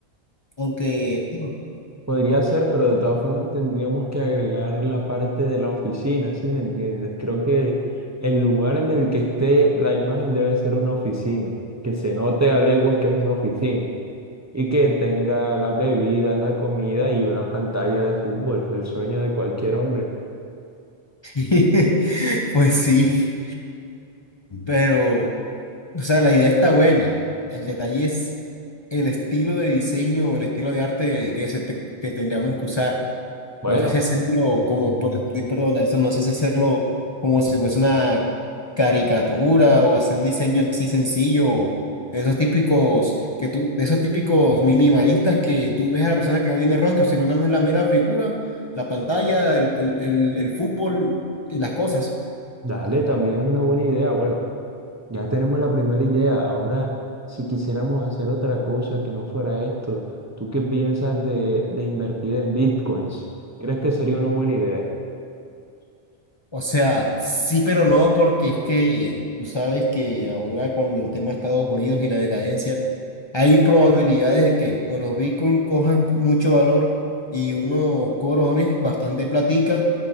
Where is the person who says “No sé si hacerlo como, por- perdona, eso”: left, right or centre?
Left